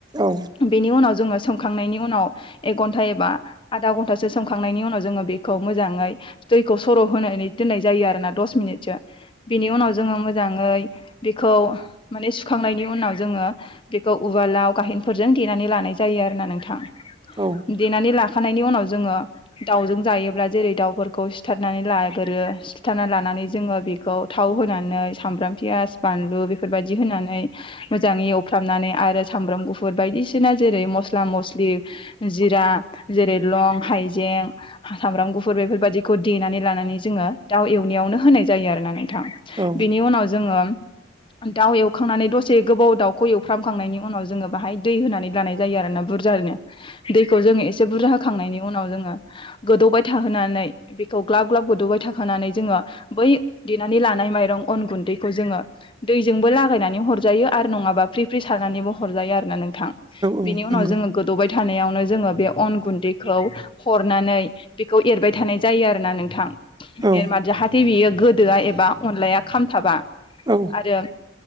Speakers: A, on the right; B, on the left.
A: औ
B: बेनि उनाव जोङो सोमखांनायनि उनाव एक घन्टा एबा आधा घन्टासो सोमखांनायनि उनाव जोङो बेखौ मोजाङै दैखौ सर' होनानै दोननाय जायो आरोना दस मिनिटसो बिनि उनाव जोङो मोजाङै बेखौ माने सुखांनायनि उनाव जोङो बेखौ उवालाव गाहेनफोरजों देनानै लानाय जायो आरोना नोंथां
A: औ
B: देनानै ला खानायनि उनाव जोङो दाउजों जायोब्ला जेरै दाउफोरखौ सिथारनानै लागोरो सिथारनानै लानानै जोङो बिखौ थाव होनानै सामब्राम, पियास, बानलु बेफोरबायदि होनानै मोजां एव फ्रामनानै आरो सामब्राम गुफुर बायदिसिना जेरै मस्ला मस्लि जिरा जेरै लं, हाइजें, सामब्रां गुफुर बेफोरबायदिखौ देनानै लानानै जोङो दाउ एवनायावनो होनाय जायो आरोना नोंथां
A: औ
B: बिनि उनाव जोङो दाउ एवखांनानै दसे गोबाव दाव खौ एवफ्रामखांनायनि उनाव जोङो बाहाय दै होनानै लानाय जायो आरोना बुरजानो दैखौ जोङो एसे बुरजा खांनायनि उनाव जोङो गोदौबाय थाहोनानै बेखौ ग्लाब ग्लाब गोदौबाय थाखानानै जोङो बै देनानै लानाय माइरं अन गुन्दैखौ जोङो दैजोंबो लागायनानै हरजायो आरो नङाबा फ्रि फ्रि सारनानैबो हरजायो आरोना नोंथां
A: औ
B: बेनि
A: नंगौ
B: उनाव जोङो गोदौबाय थानायावनो जोङो बे अन गुन्दैखौ हरनानै बेखौ एरबाय थानाय जायो आरोना नोंथां
A: औ
B: एरमार जाहाथे बियो गोदोआ एबा अनलाया खामथाबा
A: औ
B: आरो